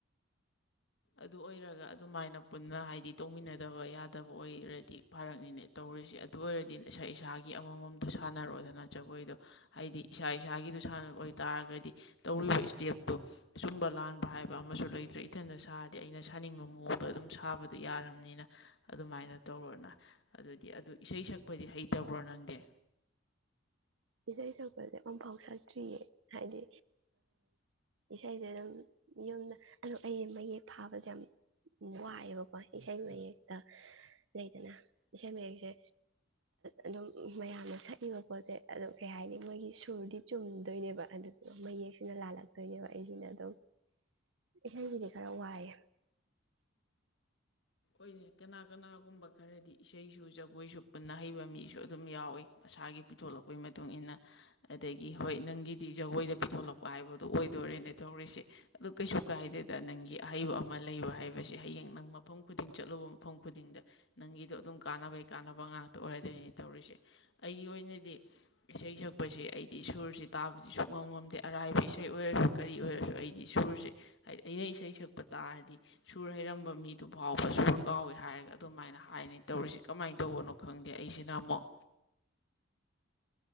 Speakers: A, on the left (about 60°); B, on the right (about 65°).
A: ꯑꯗꯨ ꯑꯣꯏꯔꯒ ꯑꯗꯨꯃꯥꯏꯅ ꯄꯨꯟꯅ ꯍꯥꯏꯗꯤ ꯇꯧꯃꯤꯟꯅꯗꯕ ꯌꯥꯗꯕ ꯑꯣꯏꯔꯗꯤ ꯐꯥꯔꯛꯅꯤꯅꯦ ꯇꯧꯔꯤꯁꯦ ꯑꯗꯨ ꯑꯣꯏꯔꯗꯤ ꯏꯁꯥ ꯏꯁꯥꯒꯤ ꯑꯃꯃꯝꯇꯣ ꯁꯥꯟꯅꯔꯣꯗꯅ ꯖꯒꯣꯏꯗꯣ ꯍꯥꯏꯗꯤ ꯏꯁꯥ ꯏꯁꯥꯒꯤꯗꯨ ꯁꯥꯟꯅ ꯑꯣꯏꯇꯥꯔꯒꯗꯤ ꯇꯧꯔꯤꯕ ꯏꯁꯇꯦꯞꯇꯣ ꯁꯨꯝꯕ ꯂꯥꯟꯕ ꯍꯥꯏꯕ ꯑꯃꯁꯨ ꯂꯩꯇ꯭ꯔꯦ ꯏꯊꯟꯗ ꯁꯥꯔꯤ ꯗꯤ ꯑꯩꯅ ꯁꯥꯅꯤꯡꯕ ꯃꯑꯣꯡꯗ ꯑꯗꯨꯝ ꯁꯥꯕꯗꯨ ꯌꯥꯔꯕꯅꯤꯅ ꯑꯗꯨꯃꯥꯏꯅ ꯇꯧꯔꯣꯅ ꯑꯗꯨꯗꯤ ꯑꯗꯨ ꯏꯁꯩ ꯁꯛꯄꯗꯤ ꯍꯩꯇꯕ꯭ꯔꯣ ꯅꯪꯗꯦ
B: ꯏꯁꯩ ꯁꯛꯄꯁꯦ ꯑꯃꯨꯐꯥꯎ ꯁꯛꯇ꯭ꯔꯤꯌꯦ ꯍꯥꯏꯗꯤ ꯏꯁꯩꯁꯦ ꯑꯗꯨꯝ ꯌꯨꯝꯗ ꯑꯗꯨ ꯑꯩꯁꯦ ꯃꯌꯦꯛ ꯐꯥꯕꯁꯦ ꯌꯥꯝ ꯋꯥꯏꯑꯦꯕꯀꯣ ꯏꯁꯩ ꯃꯌꯦꯛꯇ ꯂꯩꯗꯅ ꯏꯁꯩ ꯃꯌꯦꯛꯁꯦ ꯑꯗꯨꯝ ꯃꯌꯥꯝꯅ ꯁꯛꯏꯕ ꯄꯣꯠꯁꯦ ꯑꯗꯣ ꯀꯩ ꯍꯥꯏꯅꯤ ꯃꯣꯏꯒꯤ ꯁꯨꯔꯗꯤ ꯆꯨꯝꯗꯣꯏꯅꯦꯕ ꯑꯗꯨ ꯃꯌꯦꯛꯁꯤꯅ ꯂꯥꯜꯂꯛꯇꯣꯏꯅꯦꯕ ꯑꯩꯁꯤꯅ ꯑꯗꯨꯝ ꯏꯁꯩꯁꯤꯗꯤ ꯈꯔ ꯋꯥꯏꯑꯦ
A: ꯑꯣꯏꯔꯦ ꯀꯅꯥ ꯀꯅꯥꯒꯨꯝꯕ ꯈꯔꯗꯤ ꯏꯁꯩꯁꯨ ꯖꯒꯣꯏꯁꯨ ꯄꯨꯟꯅ ꯍꯩꯕ ꯃꯤꯁꯨ ꯑꯗꯨꯝ ꯌꯥꯎꯏꯤ ꯃꯁꯥꯒꯤ ꯄꯤꯊꯣꯛꯂꯛꯄꯒꯤ ꯃꯇꯨꯡ ꯏ ꯃꯇꯨꯡꯏꯟꯅ ꯑꯗꯒꯤ ꯍꯣꯏ ꯅꯪꯒꯤꯗꯤ ꯖꯒꯣꯏꯗ ꯄꯤꯊꯣꯛꯂꯛꯄ ꯍꯥꯏꯕꯗꯣ ꯑꯣꯏꯗꯣꯔꯦꯅꯦ ꯇꯧꯔꯤꯁꯦ ꯑꯗꯨ ꯀꯩꯁꯨ ꯀꯥꯏꯗꯦꯗ ꯅꯪꯒꯤ ꯑꯍꯩꯕ ꯑꯃ ꯂꯩꯕ ꯍꯥꯏꯕꯁꯦ ꯍꯌꯦꯡ ꯅꯪ ꯃꯐꯝ ꯈꯨꯗꯤꯡ ꯆꯠꯂꯨꯕ ꯃꯐꯝ ꯈꯨꯗꯤꯡꯗ ꯅꯪꯒꯤꯗꯣ ꯑꯗꯨꯝ ꯀꯥꯟꯅꯕꯩ ꯀꯥꯟꯅꯕ ꯉꯥꯛꯇ ꯑꯣꯏꯔꯗꯣꯏꯅꯦ ꯇꯧꯔꯤꯁꯦ ꯑꯩꯒꯤ ꯑꯣꯏꯅꯗꯤ ꯏꯁꯩ ꯁꯛꯄꯁꯦ ꯑꯩꯗꯤ ꯁꯨꯔꯁꯤ ꯇꯥꯕꯁꯤ ꯁꯨꯛ ꯉꯝ ꯉꯝꯗꯦ ꯑꯔꯥꯏꯕ ꯏꯁꯩ ꯑꯣꯏꯔꯁꯨ ꯀꯔꯤ ꯑꯣꯏꯔꯁꯨ ꯑꯩꯗꯤ ꯁꯨꯔꯁꯦ ꯍꯥꯏꯗꯤ ꯑꯩꯅ ꯏꯁꯩ ꯁꯛꯄ ꯇꯥꯔꯗꯤ ꯁꯨꯔ ꯍꯩꯔꯝꯕ ꯃꯤꯗꯨ ꯐꯥꯎꯕ ꯁꯨꯔ ꯀꯥꯎꯋꯦ ꯍꯥꯏꯔꯒ ꯑꯗꯨꯃꯥꯏꯅ ꯍꯥꯏꯅꯤ ꯇꯧꯔꯤꯁ ꯀꯃꯥꯏꯅ ꯇꯧꯕꯅꯣ ꯈꯪꯗꯦ ꯑꯩꯁꯤꯅ ꯑꯃꯨꯛ